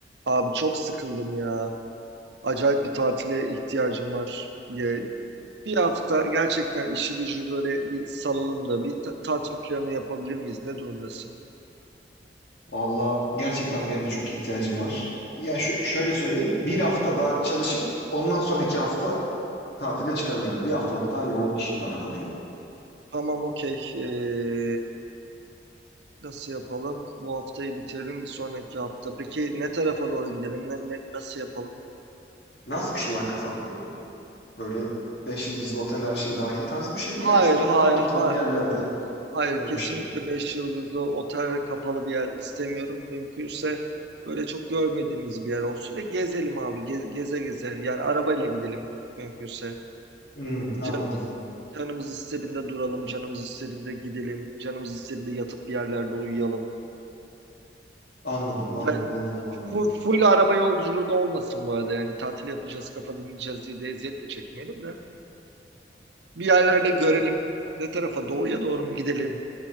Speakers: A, on the right; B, on the left.
A: Abi çok sıkıldım ya. Acayip bir tatile ihtiyacım var. Ya, bir hafta gerçekten işi gücü böyle bir salalım da bir ta- tatil planı yapabilir miyiz? Ne durumdasın?
B: Valla gerçekten benim de çok ihtiyacım var. Yani şu, şöyle söyleyeyim. Bir hafta daha çalışıp ondan sonraki hafta tatile çıkabilirim. Bir haftalık daha yoğun işim var ama benim.
A: Tamam okey. Ee, nasıl yapalım? Bu haftayı bitirelim bir sonraki hafta. Peki ne tarafa doğru gidelim? Ne, ne- nasıl yapalım?
B: Nasıl bir şey var kafanda? Böyle beş yıldızlı otel her şey dahil tarzı bir şey mi?
A: Hayır,
B: Yoksa böyle
A: hayır,
B: kamp
A: hayır.
B: atalım bir yerlerde
A: Hayır,
B: öyle
A: kesinlikle
B: bir şey mi?
A: 5 yıldızlı otel ve kapalı bir yer istemiyorum. Mümkünse böyle çok görmediğimiz bir yer olsun ve gezelim abi. Ge- Geze geze. Yani arabayla gidelim mümkünse.
B: Hmm, anladım.
A: Canımız, canımız istediğinde duralım, canımız istediğinde gidelim, canımız istediğinde yatıp bir yerlerde uyuyalım.
B: Anladım,
A: Yani
B: anladım, anladım abi.
A: full, full araba yolculuğu da olmasın bu arada. Yani tatil yapacağız, kafa dinleyeceğiz diye de eziyet de çekmeyelim de. Bir yerlerde görelim. Ne tarafa? Doğuya doğru mu gidelim?